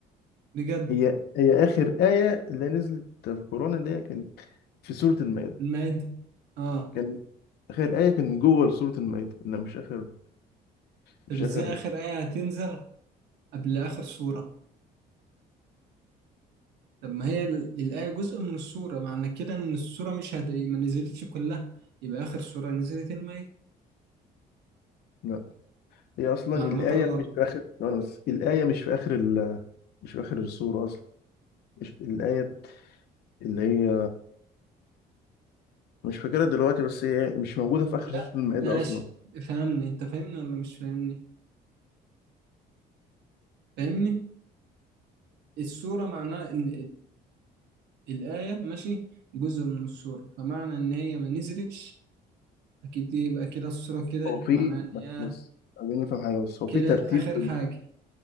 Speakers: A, on the right; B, on the left.
A: بجد
B: هي هي اخر ايه اللي نزلت في القران اللي هي كانت في سوره المائده
A: المائدة اه
B: كان اخر ايه كان جوه سوره المائده انها مش اخر مش
A: طب ازاي
B: اخر
A: اخر آية هتنزل قبل اخر سورة طب ما هي ال- الآية جزء من السورة معنى كده ان السورة مش هت... ما نزلتش كلها يبقى اخر سورة نزلت المائدة
B: لا هي اصلا
A: معلوماتك
B: الآية
A: غلط
B: مش في آخر ثواني بس الآية مش في آخر ال... مش في آخر السورة اصلا مش الآية اللي هي مش فاكرها دلوقتي بس هي مش موجودة في آخر
A: لا
B: سورة المائدة
A: ماشي
B: اصلا
A: فهمني انت فاهمني ولا مش فاهمني فاهمني السورة معناها ان الآية ماشي جزء من السورة فمعنى إن هي ما نزلتش أكيد دي يبقى كده السورة كده
B: هو في
A: معناها إن
B: بس
A: هي
B: بس عايزين نفهم حاجة بس هو
A: كده
B: في ترتيب
A: آخر حاجة